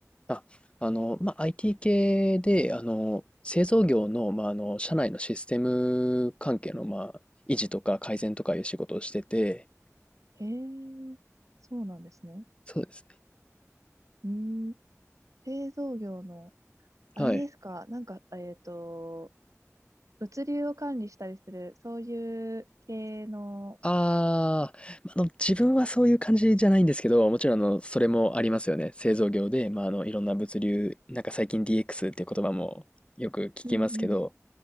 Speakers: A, on the left (about 20°); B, on the right (about 80°).
A: あ、あの、まあ、IT 系で、あの、製造業の、まあ、あの、社内のシステム関係の、まあ、維持とか改善とかいう仕事をしてて、
B: へえ、そうなんですね。
A: そうですね。
B: うーん、製造業の、あれですか、
A: はい。
B: なんか、えっと、物流を管理したりする、そういう系の、
A: あー、まああの、自分はそういう感じじゃないんですけど、もちろん、あの、それもありますよね。製造業で、まあ、あの、いろんな物流、なんか最近 DX っていう言葉もよく聞きますけど、
B: うんうん。